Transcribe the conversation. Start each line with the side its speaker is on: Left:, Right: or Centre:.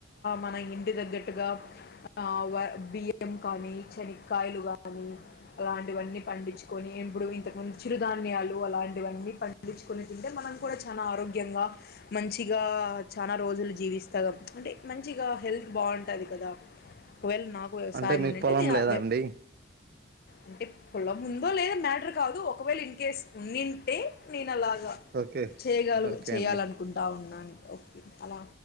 Left: మన ఇంటి తగ్గట్టుగా ఆ బియ్యం కానీ శనక్కాయలు అనీ అలాంటివన్నీ పండించుకొని ఇప్పుడు ఇంతకుముందు చిరుధాన్యాలు అలాంటివన్నీ పండించుకునే తింటే మనం కూడా చాలా ఆరోగ్యంగా, మంచిగా చాలా రోజులు జీవిస్తాగా అంటే మంచిగా హెల్త్ బాగుంటుంది కదా ఒకవేళ నాకు వ్యవసాయం
Right: అంటే మీకు
Left: ఉనింటే
Right: పొలం
Left: నేను
Right: లేదా
Left: అ
Right: అండి
Left: అంటే పొలం ఉందొ లేదో మ్యాటర్ కాదు ఒకవేళ ఇన్ కేస్ నింటే నేను లాగా
Right: ఓకే
Left: చేయగలా
Right: ఓకే
Left: చేయాలనుకుంటా
Right: అండి
Left: ఉన్నా అ ఒక అల